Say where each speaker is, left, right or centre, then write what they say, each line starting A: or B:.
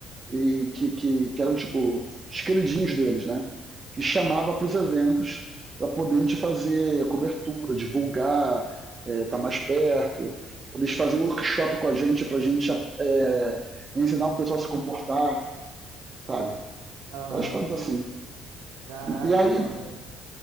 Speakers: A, on the right; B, on the right.
A: e que, que, que eram tipo os queridinhos deles, né? Que chamava para os eventos para poder a gente fazer cobertura, divulgar, estar tá mais perto. Eles faziam workshop com a gente para a gente é, ensinar o pessoal a se comportar, sabe?
B: Aham.
A: Várias coisas assim.
B: Caraca,
A: E, e, aí,
B: mano.